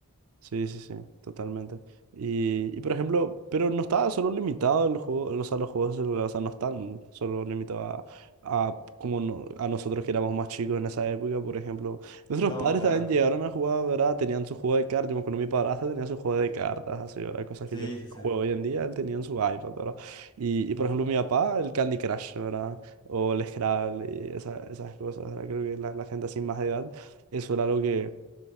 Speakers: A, on the right (about 80°); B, on the left (about 20°).
A: Sí, sí, sí, totalmente. Y, y por ejemplo, pero no está solo limitado el juego, los sea, los juegos de celular, o sea, no están solo limitados a, a como no- a nosotros que éramos más chicos en esa época, por ejemplo. Nuestros
B: No,
A: padres
B: claro.
A: también llegaron a jugar, ¿verdad? Tenían su juego de cartas, yo me acuerdo mi padrastro tenía su juego de cartas, así, ¿verdad? Cosas
B: Sí,
A: que yo
B: sí,
A: juego
B: sí.
A: hoy en día, él tenía en su iPad, ¿verdad? Y,
B: Ujú.
A: y por ejemplo, mi papá, el Candy Crush, ¿verdad? O el Scrabble, y esa- esas cosas, ¿verdad? Creo que la, la gente así más de edad, eso era algo que,